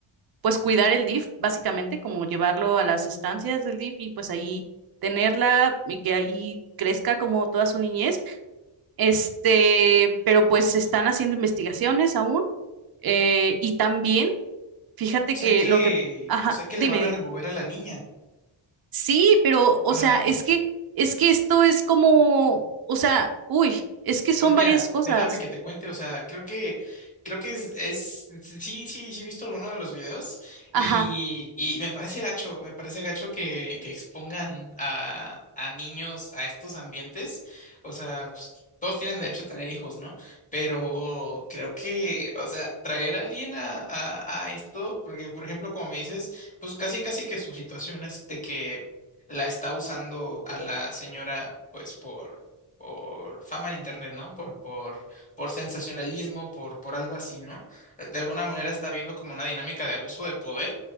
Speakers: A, on the right; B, on the left.
A: pues cuidar el DIF, básicamente, como llevarlo a las estancias del DIF y pues ahí tenerla y que ahí crezca como toda su niñez. Este, pero pues se están haciendo investigaciones aún. eh, y también, fíjate
B: O sea
A: que
B: que,
A: lo que, ajá,
B: o sea que
A: dime,
B: le van
A: dime.
B: a remover a la niña.
A: Sí, pero, o
B: Wow.
A: sea, es que, es que esto es como, o sea, uy, es que son
B: Pues mira,
A: varias cosas.
B: déjame que te cuente, o sea, creo que, creo que es, es- sí, sí, sí he visto alguno de los videos
A: Ajá.
B: y, y me parece gacho, me parece gacho que, que expongan a, a niños a estos ambientes, o sea, pues, todos tienen derecho a tener hijos, ¿no? Pero creo que, o sea, traer a alguien a, a, a esto, porque por ejemplo, como me dices, pues casi, casi que su situación es de que la está usando a la señora, pues por por fama en internet, ¿no? Por, por, por sensacionalismo, por, por algo así, ¿no? Eh, De alguna manera está habiendo como una dinámica de abuso de poder,